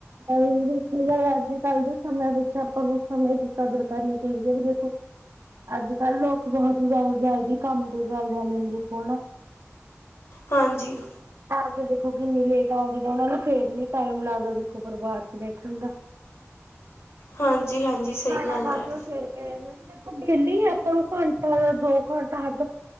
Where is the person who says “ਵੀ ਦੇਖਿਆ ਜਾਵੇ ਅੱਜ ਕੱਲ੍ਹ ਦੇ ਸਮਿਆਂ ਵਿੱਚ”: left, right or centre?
Right